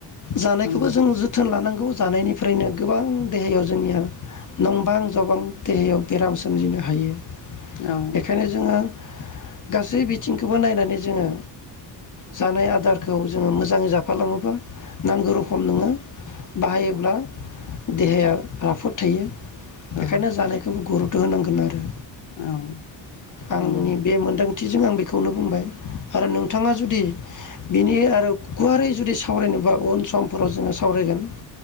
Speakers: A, on the left; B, on the left.
A: जानायखोबो
B: नंगौ
A: जों जु जोथोन लानांगौ जानायनिफ्रायनो गोबां देहायाव जोंनिया नंबां जाबां देहायाव बेराम सोमजिनो हायो
B: औ
A: बेखायनो जोङो गासै बिथिंखोबो नायनानै जोङो जानाय आदारखौ जोङो मोजाङै जाफालाङोबा नांगौ रोखोम नोङो बाहायोब्ला देहाया राफोद थायो बेखायनो
B: औ
A: जानायखोबो गुरुबथ होनांगोन आरो
B: औ
A: आंनि
B: नंगौ
A: बे मोनदांथिजों आं बेखौनो बुंबाय आरो नोंथाङा जुदि बिनि आरो गुवारै जुदि सावरायनोबा उन समफोराव जोङो सावरायगोन